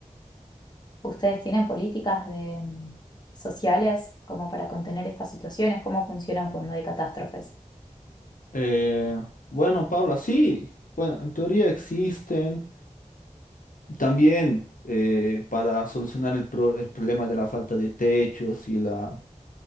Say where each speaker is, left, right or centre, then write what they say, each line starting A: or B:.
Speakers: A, on the left; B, on the left.
A: ¿Ustedes tienen políticas de, mm, sociales como para contener estas situaciones? ¿Cómo funcionan cuando hay catástrofes?
B: Eh, bueno, Paula, sí, bueno, en teoría existen también eh, para solucionar el, pro- el problema de la falta de techos y la